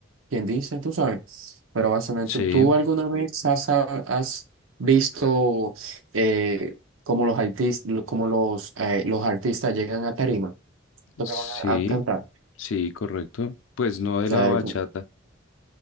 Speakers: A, on the right; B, on the left.
A: quien dice, tú sabes. Pero básicamente,
B: Sí,
A: ¿tú, tú alguna vez has, has visto eh, cómo los artistas, cómo los, eh, los artistas llegan a tarima, lo
B: sí,
A: que van a, a cantar? O
B: sí, correcto. Pues no de
A: sea,
B: la bachata,